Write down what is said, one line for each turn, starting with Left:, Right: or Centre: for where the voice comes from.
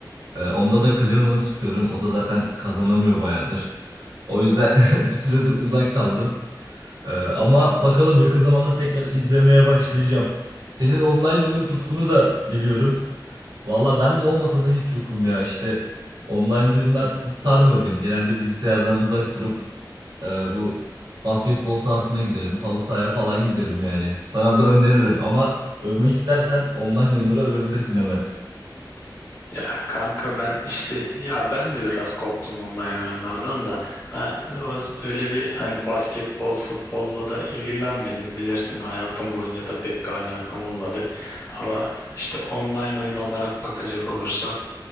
Right: E, onda da Cleveland'ı tutuyorum. O da zaten kazanamıyor bayağıdır. O yüzden <laughs> bir süredir uzak kaldım. E, ama bakalım yakın zamanda tekrar izlemeye başlayacağım. Senin online oyun tutkunu da biliyorum. Valla ben de olmasa da hiç yokum ya işte. Online oyunlar hiç sarmıyor beni. Genelde bilgisayardan uzak durup ee, bu basketbol sahasına giderim. Halı sahaya falan giderim yani. Sana da öneririm ama övmek istersen online oyunları övebilirsin hemen.
Left: Ya kanka ben işte ya ben de biraz koptum online oyunlardan da ben öz- öyle bir hani basketbol futbolla da ilgilenmedim bilirsin hayatım boyunca da pek bir alakam olmadı ama işte online oyun olarak bakacak olursak